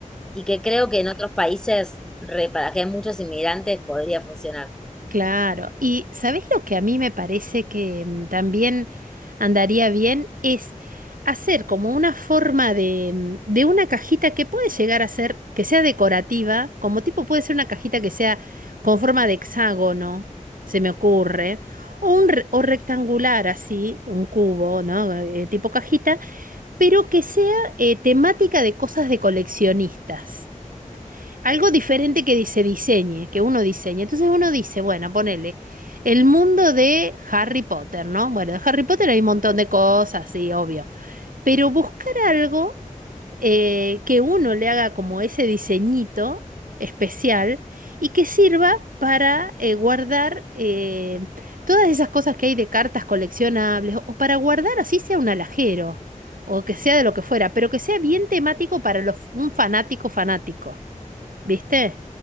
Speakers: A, in the centre; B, on the right.
A: y que creo que en otros países, re, para que hay muchos inmigrantes, podría funcionar.
B: Claro, y ¿sabés lo que a mí me parece que mm, también andaría bien? Es hacer como una forma de, mm, de una cajita que puede llegar a ser, que sea decorativa, como tipo puede ser una cajita que sea con forma de hexágono, se me ocurre, o un re- o rectangular así, un cubo, ¿no? Eh, tipo cajita, pero que sea eh, temática de cosas de coleccionistas. Algo diferente que se diseñe, que uno diseñe. Entonces uno dice, bueno, ponele el mundo de Harry Potter, ¿no? Bueno, de Harry Potter hay un montón de cosas, sí, obvio. Pero buscar algo eh, que uno le haga como ese diseñito especial y que sirva para eh, guardar eh, todas esas cosas que hay de cartas coleccionables o para guardar así sea un alajero o que sea de lo que fuera, pero que sea bien temático para los- un fanático fanático, ¿viste?